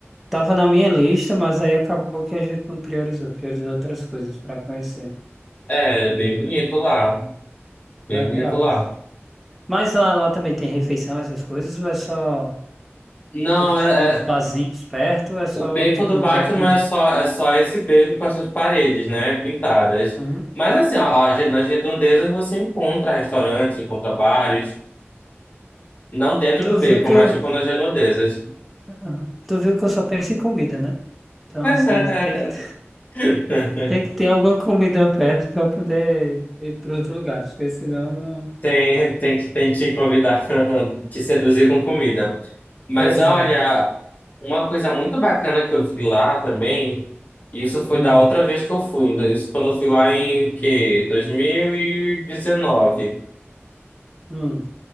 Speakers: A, in the centre; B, on the left.
A: tava na minha lista, mas aí acabou que a gente não priorizou. Priorizou outras coisas para conhecer.
B: É, bem bonito lá. Bem
A: Legal.
B: bonito lá.
A: Mas lá, lá também tem refeição, essas coisas? Ou é só.
B: Não,
A: Tipo,
B: é,
A: tem uns barzinhos
B: é-
A: perto? Ou é só,
B: o beco
A: tipo,
B: do
A: um
B: Batman
A: beco mesmo?
B: é só, é só esse beco com as suas paredes, né? Pintadas.
A: Uhum.
B: Mas assim, ó, a re- nas redondezas você encontra restaurantes, encontra bares. Não dentro
A: Tu
B: do beco,
A: viu que
B: mas
A: eu,
B: tipo nas redondezas.
A: uhum. Tu viu que eu só penso em comida, né? Então, assim,
B: É,
A: tem que
B: <laughs>
A: Tem que ter alguma comida perto para poder ir para outro lugar, porque senão não.
B: Tem, tem que tem que te convidar, <laughs> te seduzir com comida. Mas
A: É exato.
B: olha, uma coisa muito bacana que eu vi lá também, isso foi
A: Hum,
B: da outra vez que eu fui, ainda- isso quando eu fui lá em que? 2019.
A: hum,